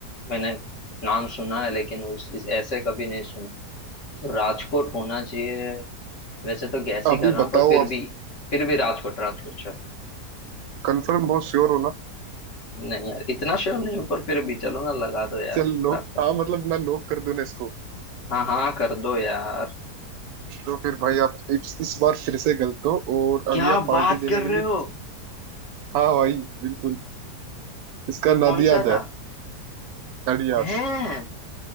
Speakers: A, on the left (about 50°); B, on the right (about 70°).
A: मैंने नाम सुना है लेकिन उस इस ऐसे कभी नहीं सुना तो राजकोट होना चाहिए वैसे तो गैस
B: अभी
A: ही कर रहा
B: बताओ
A: हूँ पर फिर
B: आप
A: भी फिर भी राजकोट राजकोट चलो
B: कंफर्म बहुत श्योर हो ना
A: नहीं यार इतना श्योर नहीं हूँ पर फिर भी चलो ना लगा दो यार
B: चल लोग
A: राजकोट
B: हाँ मतलब मैं लॉक कर दूं ना इसको
A: हाँ हाँ कर दो यार
B: तो फिर भाई आप इस, इस बार फिर से गलत हो और
A: क्या
B: अभी आप पार्टी
A: बात
B: देने
A: कर
B: के
A: रहे
B: लिए
A: हो
B: हाँ भाई बिल्कुल इसका
A: तो
B: नाद
A: कौन
B: याद
A: सा था
B: है नाड़ी याद
A: हैं